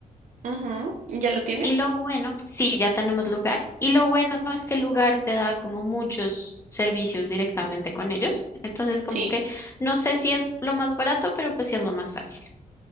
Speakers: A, on the right; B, on the left.
A: Ujú, ¿Ya lo tienes?
B: y lo bueno, sí, ya tenemos lugar y lo bueno es que el lugar te da como muchos servicios directamente con ellos. Entonces como
A: Sí.
B: que no sé si es lo más barato, pero pues sí es lo más fácil.